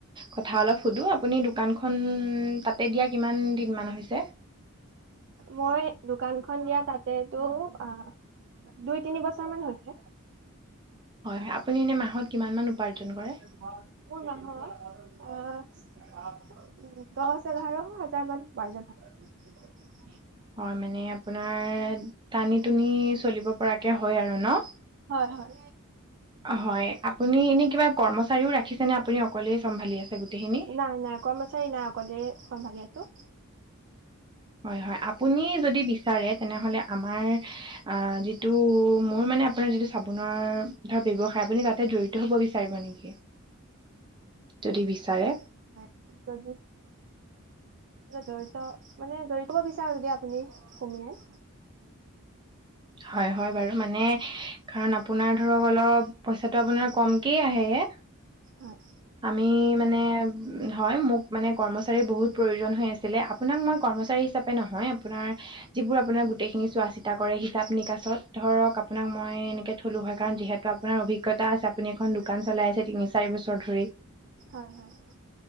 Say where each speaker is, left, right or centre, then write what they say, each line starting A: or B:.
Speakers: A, on the right; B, on the right.
A: কথা অলপ সোধো, আপোনাৰ দোকান খন খন তাতে দিয়া কিমান দিন মান হৈছে?
B: মই দোকানখন দিয়া তাতেতো অ, দুই তিনি বছৰ মান হৈছে।
A: হয় হয়, আপুনি এনেই মাহত কিমান মান উপাৰ্জন
B: <unintelligible>
A: কৰে?
B: আহ, দছ এঘাৰ হাজাৰ মান উপাৰ্জন হয়।
A: হয়, মানে আপোনাৰ টানি-টুনি চলিব পৰাকে হয় আৰু ন?
B: হয় হয়
A: হয়, আপুনি এনে কিবা কৰ্মচাৰীও ৰাখিছে নে আপুনি অকলেই চম্ভালি আছে গোটেইখিনি?
B: নাই নাই কৰ্মচাৰী নাই অকলে চম্ভালি আছোঁ।
A: হয়, হয়। আপুনি যদি বিচাৰে তেনেহলে আমাৰ অ, যিটো মোৰ ম আপোনাৰ যিটো চাবোনৰ ধৰ ব্যৱসায় আপুনি তাতে জড়িত হব বিচাৰিব নেকি? যদি বিচাৰে?
B: <unintelligible> জড়িত মানে জড়িত হব বিচাৰো। যদি আপুনি সুমিয়াই।
A: হয় হয় বাৰু। মানে কাৰণ আপোনাৰ ধৰক অলপ পইচাটো আপোনাৰ কমকে আহে এ
B: হয়
A: আমি মানে হয়, মোক মানে কৰ্মচাৰীৰ বহুত প্ৰয়োজন হৈ আছিলে। আপোনাক মই কৰ্মচাৰী হিচাপে নহয়, আপোনাক নাৰ যিবোৰ আপোনাৰ গোটেই খিনি চোৱা চিতা কৰে হিচাপ নিকাচত, ধৰক আপোনাক মই এনেকে থলো হয় কাৰণ যিহেতু আপোনাৰ অভিজ্ঞতা আছে আপুনি এখন দোকান চলাই আছে তিনি চাৰি বছৰ ধৰি
B: হয় হয়।